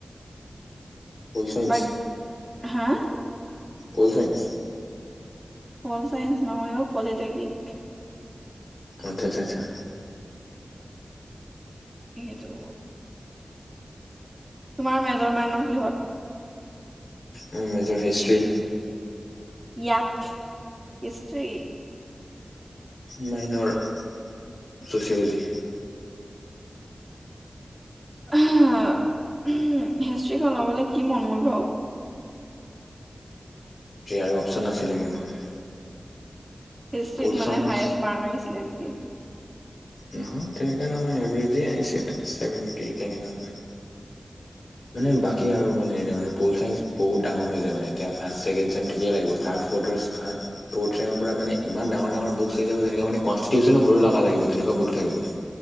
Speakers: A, on the left; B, on the right.
A: Pol science?
B: বাক হা?
A: Pol science?
B: তল চায়েন্স নহয়ও পলিটেকনিক।
A: আতছা আচ্ছা আচ্ছা।
B: সেইটো তোমাৰ মেজৰ মাইৰ কিহত?
A: মোৰ মেজৰ হিষ্ট্ৰী।
B: ইয়াক সষ্ট্ৰী।
A: Minor sociology.
B: হিষ্ট্ৰীখন ল'বলৈ কি মন গ'ল বাৰু?
A: আৰু অপচন নাছিলে মোৰ।
B: হিষ্ট্ৰিত
A: পল চাইন্স
B: মানে হায়েষ্ট মাৰ্ক আহিছিলে নেকি?
A: নহয় তেনেকুৱা নহয় এভৰেজেই আহিছে ছেভেণ্টি তেনেকুৱা মানে। মানে
B: উম
A: বাকী আৰু মানে মানে পল চাইজ বহুত ডাঙৰ হয় যায় মানে এতিয়া ফাৰ্ষ ছেকেণ্ড চেম ঠিক লাগিব থাৰডৰ্ ৰ পৰা মান ইমান ডাঙৰ ডাঙৰ বুক হৈ যাব যেনে মানে কষ্টিটিউ্যন সৰু লগা লাগিব। তেনেকুৱা বুক থাকে বোলে